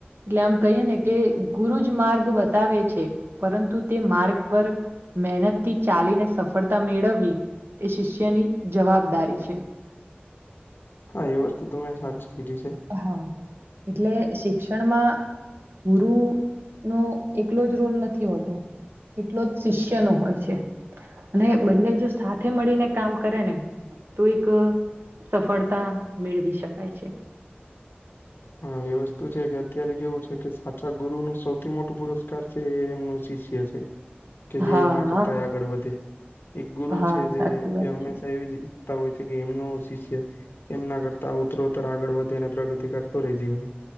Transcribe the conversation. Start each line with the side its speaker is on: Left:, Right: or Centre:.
Right: એટલે આમ કહીએ ને કે ગુરુ જ માર્ગ બતાવે છે પરંતુ તે માર્ગ પર મહેનતથી ચાલીને સફળતા મેળવવી એ શિષ્યની જવાબદારી છે.
Left: હા, એ વસ્તુ તમે સાચી કીધી છે.
Right: હા એટલે શિક્ષણમાં ગુરુનો એકલો જ રોલ નથી હોતો. એટલો જ શિષ્યનો હોય છે અને બંને જો સાથે મળીને કામ કરે ને તો એક સફળતા મેળવી શકાય છે.
Left: હા, એ વસ્તુ છે કે અત્યારે કેવું છે કે સાચા ગુરુનું સૌથી મોટું પુરસ્કાર છે એમનું શિષ્ય છે કે જે
Right: હા
Left: એના કરતાય આગળ વધે. એક ગુરુ
Right: હા
Left: છે જે
Right: સાચી વાત
Left: એ હંમેશા
Right: છે.
Left: એવી જ કરતા હોય છે કે એમનું શિષ્ય એમના કરતા ઉતરોત્તર આગળ વધે અને પ્રગતિ કરે. તો રે જીવન.